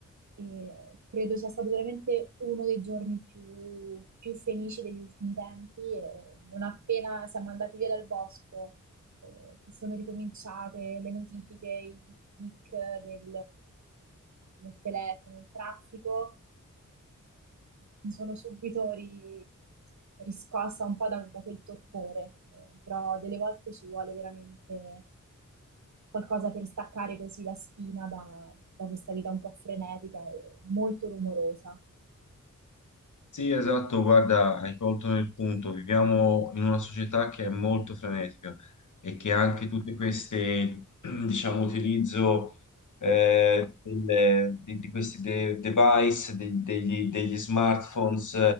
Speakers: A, on the right; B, on the left.
A: E credo sia stato veramente uno dei giorni più, più felici degli ultimi tempi. E non appena siamo andati via dal bosco eh, che sono ricominciate le notifiche, i tic-tic del, del telefono, il traffico, mi sono subito ri- riscossa un po' da, da quel torpore, eh, però delle volte ci vuole veramente qualcosa per staccare così la spina da, da questa vita un po' frenetica e molto rumorosa.
B: Sì, esatto, guarda, hai colto nel punto. Viviamo in una società che è molto frenetica e che anche tutte queste, <clears throat> diciamo, utilizzo eh, delle- di, di questi de- device, de- degli, degli smartphones,